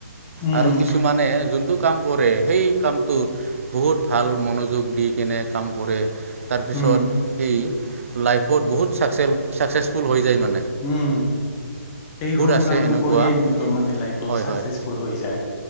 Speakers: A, on the left; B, on the right.
A: উম উম
B: আৰু কিছুমানে যোন কাম কৰে সেই কামটোত বহুত ভাল মনোযোগ দি কেনে কাম কৰে। তাৰপিছত
A: উম
B: সেই লাইফত বহুত চাকচ চাকচেছফুল হৈ যায় মান
A: উম এই সৰু
B: আছে
A: কামটো
B: এনেকুৱা
A: কৰিয়ে সিহঁতৰ মানে লাইট বত
B: হয়
A: ছাকচেছফুল
B: হয়
A: হৈ যায়